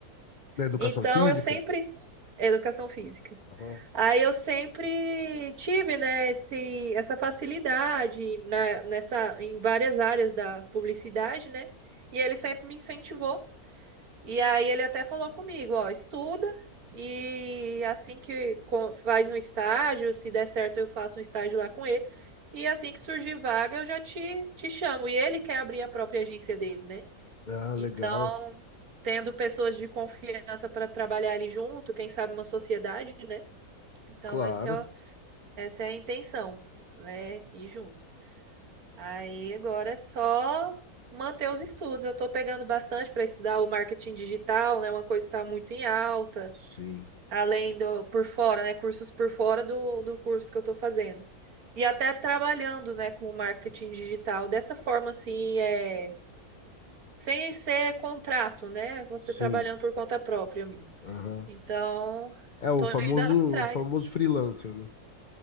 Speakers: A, on the left (about 70°); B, on the right (about 70°).
A: Na educação
B: Então,
A: física?
B: eu sempre. Educação física.
A: Aham.
B: Aí eu sempre tive, né, esse, essa facilidade né, nessa, em várias áreas da publicidade, né? E ele sempre me incentivou e aí ele até falou comigo, ó, estuda e assim que co- faz um estágio, se der certo eu faço um estágio lá com ele. E assim que surgir vaga eu já te, te chamo. E ele quer abrir a própria agência dele, né?
A: Ah, legal.
B: Então, tendo pessoas de confiança para trabalhar ali junto, quem sabe uma sociedade, né? Então,
A: Claro.
B: essa é, a- essa é a intenção, né? Ir junto. Aí agora é só manter os estudos. Eu estou pegando bastante para estudar o marketing digital, né? Uma coisa que está muito em alta,
A: Sim.
B: além do por fora, né? Cursos por fora do, do curso que eu estou fazendo. E até trabalhando, né, com o marketing digital dessa forma assim, é, sem ser contrato, né? Você
A: Sim,
B: trabalhando por conta própria mesmo.
A: aham.
B: Então,
A: É o
B: estou
A: famoso,
B: indo atrás.
A: o famoso freelancer, né?